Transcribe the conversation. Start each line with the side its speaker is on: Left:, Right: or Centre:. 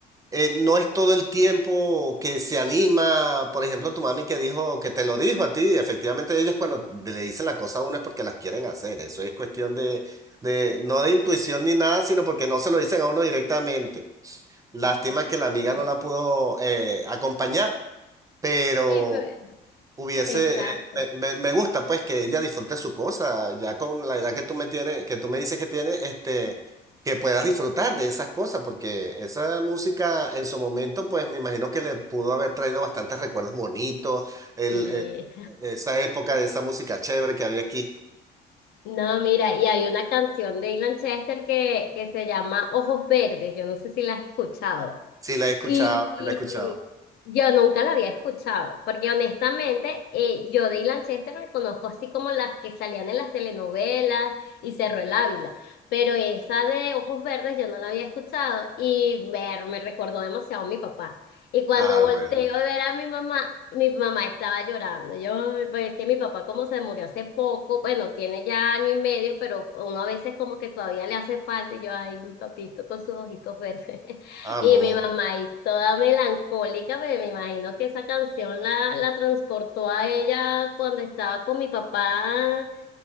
Right: eh, no es todo el tiempo que se anima. Por ejemplo, tu mami que dijo, que te lo dijo a ti, efectivamente ellas cuando le dicen la cosa a uno es porque las quieren hacer. Eso es cuestión de, de, no de intuición ni nada, sino porque no se lo dicen a uno directamente. Lástima
Left: <laughs>
Right: que la amiga no la pudo eh, acompañar, pero
Left: Sí, pero-
Right: hubiese,
Left: exacto.
Right: eh, me, me- me gusta pues que ella disfrute su cosa, ya con la edad que tú me tienes, que tú me dices que tiene, este, que puedas disfrutar de esas cosas, porque esa música en su momento, pues me imagino que le pudo haber traído bastantes recuerdos bonitos, el,
Left: Sí.
Right: el- esa época de esa música chévere que había aquí.
Left: No, mira, y hay una canción de Ilan Chester que, que se llama Ojos Verdes, yo no sé si la has escuchado.
Right: Sí, la he escuchado,
Left: Y, y
Right: sí la he escuchado.
Left: yo nunca la había escuchado, porque honestamente eh, yo de Ilan Chester me conozco así como las que salían en las telenovelas y Cerro el Ávila, pero esa de Ojos Verdes yo no la había escuchado y me, me recordó demasiado a mi papá. Y cuando
Right: Ah,
Left: volteo
Right: bueno,
Left: a ver a mi mamá, mi mamá estaba llorando. Yo, "Ay, pues es que mi papá como se murió hace poco, bueno, tiene ya año y medio, pero uno a veces como que todavía le hace falta y yo, ay, mi papito con sus ojitos verdes.
Right: amo.
Left: Y mi mamá ahí toda melancólica, pero me imagino que esa canción la, la transportó a ella cuando estaba con mi papá